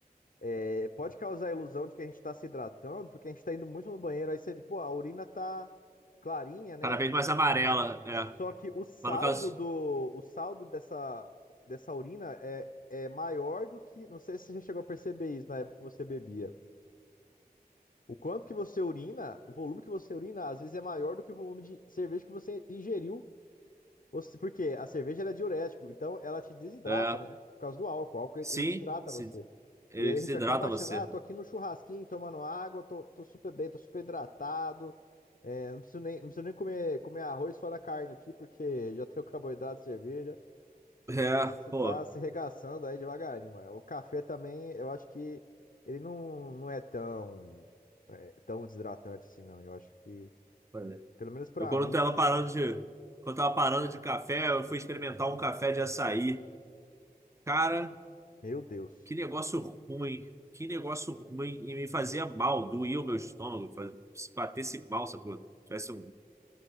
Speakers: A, on the left; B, on the right.
A: é, pode causar a ilusão de que a gente está se hidratando, porque a gente está indo muito no banheiro, aí você, pô, a urina tá clarinha, né?
B: Cada vez mais amarela, é.
A: Só que o saldo
B: Mas no caso.
A: do, o saldo dessa, dessa urina é, é maior do que. Não sei se você já chegou a perceber isso na época que você bebia. O quanto que você urina, o volume que você urina, às vezes é maior do que o volume de cerveja que você ingeriu ou se- Porque a cerveja ela é diurético, então ela te desidrata,
B: É.
A: né? Por causa do álcool. O álcool
B: Sim,
A: ele ele desidrata
B: se-
A: você.
B: ele
A: E aí
B: desidrata
A: a gente acaba achando,
B: você.
A: ah, tô aqui no churrasquinho tomando água, tô, tô super bem, tô super hidratado. É, não preciso nem, não preciso nem comer, comer arroz só na carne aqui, porque <laughs> já tenho carboidrato de cerveja.
B: É,
A: Só que você
B: pô.
A: tá se regaçando aí devagarinho, mano. O café também, eu acho que ele não, não é tão, é, tão desidratante assim, não. Eu acho que,
B: olha.
A: pelo menos pra
B: Eu quando
A: mim,
B: tava parando de. Quando tava parando de café, eu fui experimentar um café de açaí. Cara.
A: meu Deus.
B: Que negócio ruim. Que negócio ruim. E me fazia mal, doía o meu estômago. faz- Se batesse mal, sacou? Tivesse, um-